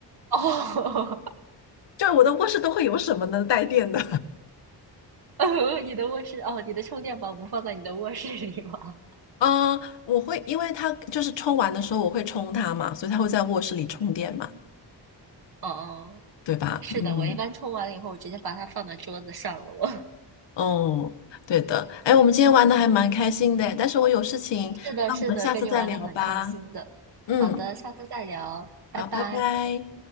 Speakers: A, on the right; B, on the left.
A: 哦，
B: 就我的卧室都会有什么能带电的？
A: <laughs> 哦，你的卧室，哦，你的充电宝不放在你的卧室里吗？
B: 嗯，我会，因为他就是充完的时候我会充它嘛，所以它会在卧室里充电嘛，
A: <laughs> 哦，哦
B: 对吧？
A: 是的，
B: 嗯，
A: 我一般充完了以后，我直接把它放到桌子上了，我。
B: 哦，对的。哎，我们今天玩的还蛮开心的，但是我有事情，
A: 是的，
B: 那我们下次再聊吧。
A: 是的，跟你玩的很开心的。
B: 嗯，
A: 好的，下次再聊，拜拜。
B: 好，拜拜。